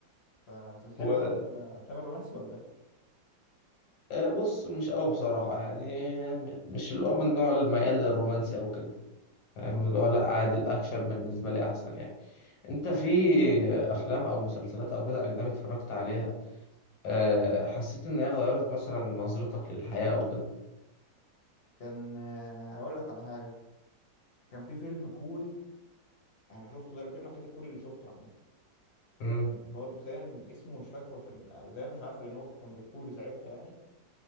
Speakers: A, on the left; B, on the left.
A: فانت بتحب
B: هو
A: طب الافلام الرومانسي ولا ايه
B: آه، بص مش قوي بصراحة يعني م- مش اللي هو من نوع الميال للرومانسي او كده فاهم
A: اه
B: اللي هو لا عادي الاكشن بالنسبة لي احسن يعني انت في افلام او مسلسلات او كده اجنبي اتفرجت عليها آه، حسيت ان هي غيرت مثلا نظرتك للحياة او كده
A: كان آه، هقول لك على حاجه كان في فيلم كوري انا شفته ده الفيلم الوحيد الكوري اللي شفته عامه
B: امم
A: آه، برضه تقريبا اسمه مش فاكره عشان او تقريبا مش عارفه لان هو كان بالكوري ساعتها يعني